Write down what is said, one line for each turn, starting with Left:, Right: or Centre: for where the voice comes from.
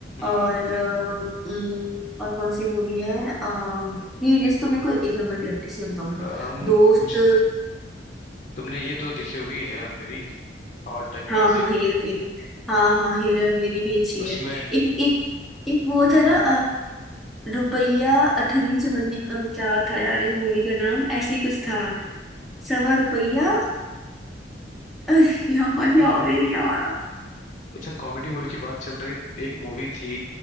Left: हम्म
Centre: और अ, उम, और कौन सी मूवी है थ्री इडियट्स तो मेरे को एक नंबर की लगती है सही बताऊँ तो
Left: अ, मु-
Centre: दोस्त
Left: मुझे तुमने ये तो देखी होगी Hera Pheri All time
Centre: हाँ
Left: classic
Centre: हाँ हेरा फेरी हाँ हाँ हेरा फेरी भी अच्छी
Left: उसमें
Centre: है एक एक एक वो
Left: हम्म
Centre: था
Left: हम्म,
Centre: ना रुपया अठन्नी चवन्नी अ, क्या था यार मूवी का नाम ऐसी कुछ था सवा रुपया <laughs> यार
Left: अ,
Centre: यार ये नहीं आ रहा
Left: अच्छा कॉमेडी मूवी की बात चल रही है तो एक मूवी थी